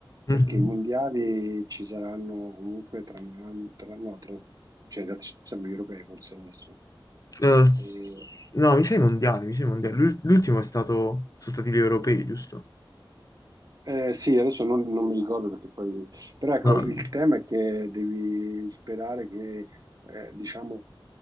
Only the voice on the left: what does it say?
Mhm.
Eh, s-
no, mi sa i mondiali, mi sa i mondiali. L'ult- L'ultimo è stato, sono stati gli europei, giusto?
No.
no.